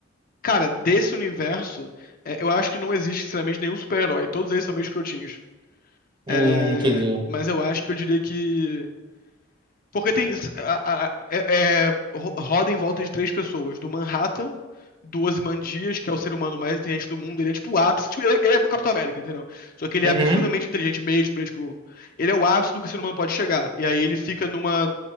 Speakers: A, on the left; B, on the right.
A: Cara, desse universo, é, eu acho que não existe, sinceramente, nenhum super-herói. Todos eles são meio escrotinhos.
B: Hum,
A: É,
B: entendi.
A: Mas eu acho que eu diria que. Porque tem. a- a- é- é- ro- roda em volta de três pessoas: do Manhattan, do Ozymandias, que é o ser humano mais inteligente do mundo. Ele é tipo o ápice. Tipo, ele, é ele é o Capitão América, entendeu? Só que ele
B: Uhum.
A: é absurdamente inteligente mesmo. Ele é, tipo, ele é o ápice do que o ser humano pode chegar. E aí ele fica numa